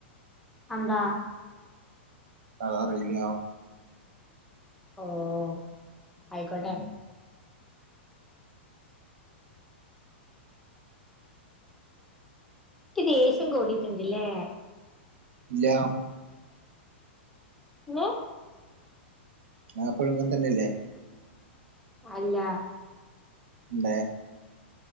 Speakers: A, in the centre; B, on the right.
A: അതെന്താ?
B: അതറിയില്ലാ
A: ഓഹ് അയിക്കോട്ടെ.
B: ഉം
A: ഇക്ക്‌ ദേഷ്യം കൂടീട്ട്ണ്ട്ലേ
B: ഇല്ല
A: <unintelligible>
B: ഞാൻ എപ്പഴും ഇങ്ങൻ തന്നെയല്ലേ
A: അല്ല
B: ന്നേ